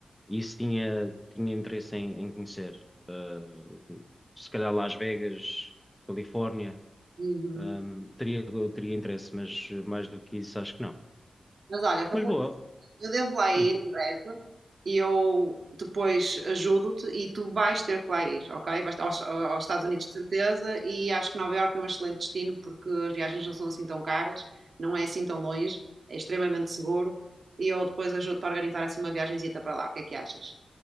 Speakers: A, in the centre; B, on the right (about 60°).
A: Isso tinha, tinha interesse em, em conhecer. Eh, se calhar Las Vegas, Califórnia,
B: Uhum.
A: ehm, teria, teria interesse, mas eh, mais do que isso acho que não.
B: Mas olha, fazer
A: Mas boa,
B: eu devo lá
A: sim,
B: ir em breve e eu depois ajudo-te e tu vais ter que lá ir, ok? Vais aos, aos Estados
A: boa.
B: Unidos de certeza e acho que Nova Iorque é um excelente destino porque as viagens não são assim tão caras, não é assim tão longe, é extremamente seguro e eu depois ajudo-te a organizar assim uma viagenzita para lá. O que é que achas?